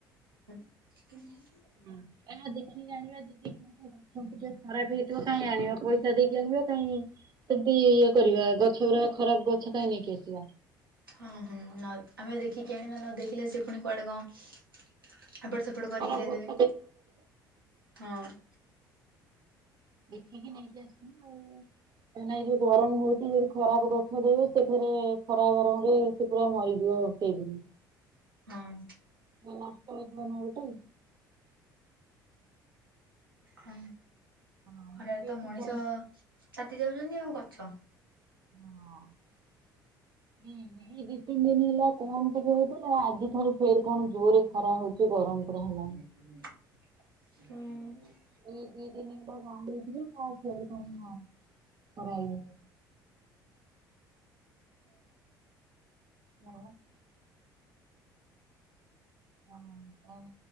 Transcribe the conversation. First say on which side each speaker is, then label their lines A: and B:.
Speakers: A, on the right; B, on the right.
A: <unintelligible>
B: ହ ଆ ଦେଖିକି ଜାଣିବା ଯଦି କ ଅଛନ୍ତି ଖରାପ ହେଇଥିବ କାହିଁ ଆଣିବା ପଇସା ଦେଇକି ଆ କାଇଁ ସେମିତି ଇଏ କରିବା। ଗଛ ଗୁଡା ଖରାପ ଗଛ କାହିଁ ନେଇକି ଆସିବା।
A: ହଁ ହଁ ଆମେ ଦେଖିକି ଆଣିବା ନ ଦେଖିଲେ ସେ ପୁଣି କୁଆଡେ କଣ ଏପଟ ସେପଟ କରିକି
B: ଖରାପ
A: ଦେଇଦେବେ।
B: ଗଛ
A: ହଁ।
B: <unintelligible> ତ ନାଇଁ ଯୋଉ ଗରମ ହଉଛି ଯଦି ଖରାପ ଗଛ ଦେବେ ସେଫେରେ ଖରା ଗରମରେ ସେ ପୁରା ମରିଯିବ। <unintelligible>
A: ହଁ
B: <unintelligible>
A: ହଁ
B: ହଁ
A: ଖରାରେ
B: ମୁଁ ବି
A: ତ
B: ଏଠି
A: ମଣିଷ
B: କହି
A: ତାତି ଯାଉଛନ୍ତି ଆଉ ଗଛ।
B: ହଁ। ହୁଁ ଏଇ ଦି ତିନି ଦିନ ହେଲା କମ ଟିକେ ହେଉଥିଲା। ଆଜି ଠାରୁ ଫେରେ କଣ ଜୋରେ ଖରା ହଉଛି ଗରମ
A: <unintelligible>
B: ପୁରା ହେଲାଣି।
A: ହଁ
B: ଏଇ ଦି ଦିନ <unintelligible> ଖରା <unintelligible> <unintelligible> ହଁ